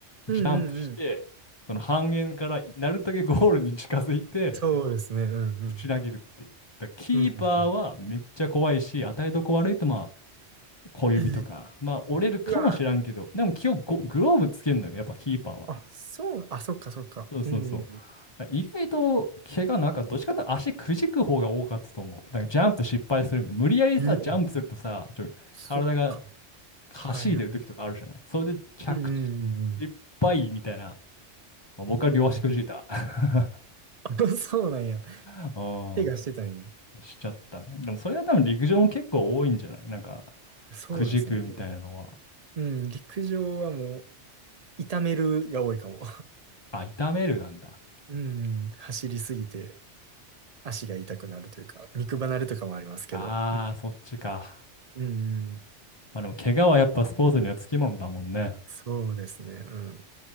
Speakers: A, on the right; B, on the left.
A: うんうんうん。
B: ジャンプして、その半円からなるだけゴールに近づいて、
A: そうですね。うんうん。
B: ぶち投げるっていう。だからキーパーはめっちゃ怖いし、
A: うんうん
B: 与えどこ悪いとまあ小指とか、
A: うん。いい。
B: まあ折れるかもしらんけど、
A: うわ。
B: でも基本ゴグローブつけんのよ、やっぱキーパーは。
A: あ、そう、あ、そっかそっか。
B: そうそうそう。
A: うんうん
B: だから意外と怪我なんかどっちかというと足くじく方が多かったと思う。だからジャンプ失敗するみたいな。無理やりさ、
A: うん。
B: ジャンプするとさ、
A: うお、
B: ちょ、
A: そっか。
B: 体がかしいでる時とかあるじゃない。
A: はいはい。
B: それで着地
A: うんうんうんうん。
B: いっぱいみたいな。まあ、僕は両足くじいた。
A: <laughs>
B: <laughs>
A: あそうなんや。
B: う
A: 手がしてたんや。
B: ん。しちゃったね。でもそれは多分陸上も結構多いんじゃないなんか、
A: そうですね。
B: くじくみたいなのは、
A: うん。うん、陸上はもう、痛めるが多いかも。
B: あ、痛めるなんだ。
A: うん、走りすぎて足が痛くなるというか、肉離れとかもありますけど。
B: ああ、
A: うん、
B: そっちか。
A: うん、
B: まあでも、怪我はやっぱスポーツにはつきものだもんね。
A: そうですね。うん。